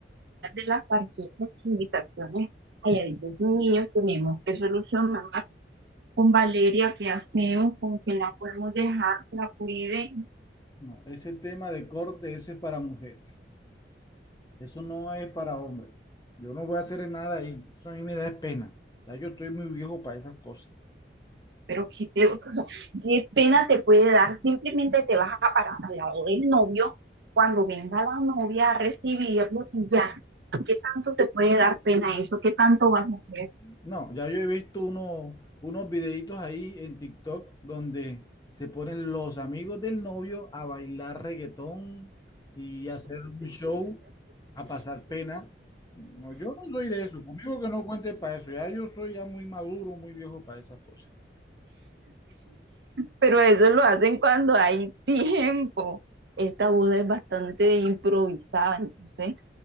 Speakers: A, on the right; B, on the left.
A: hablar de las tarjetas de invitaciones. Allá dicen niños, tenemos que solucionar con Valeria qué hacemos, con quién la podemos dejar, que la cuide,
B: no, ese tema de corte, eso es para mujeres. Eso no es para hombres. Yo no voy a hacer nada ahí. Eso a mí me da pena. Ya yo estoy muy viejo para esas cosas.
A: pero qué, te- o sea, qué pena te puede dar, simplemente te vas a parar al lado del novio cuando venga la novia a recibirlo y ya. ¿Qué tanto te puede dar pena eso? ¿Qué tanto vas a hacer?
B: No, ya yo he visto uno- unos videitos ahí en TikTok donde se ponen los amigos del novio a bailar reggaetón y hacer un show a pasar pena. No, yo no soy de eso. Conmigo que no cuente para eso. Ya yo soy ya muy maduro, muy viejo para esas cosas.
A: Pero eso lo hacen cuando hay <laughs> tiempo. Esta boda es bastante improvisada, entonces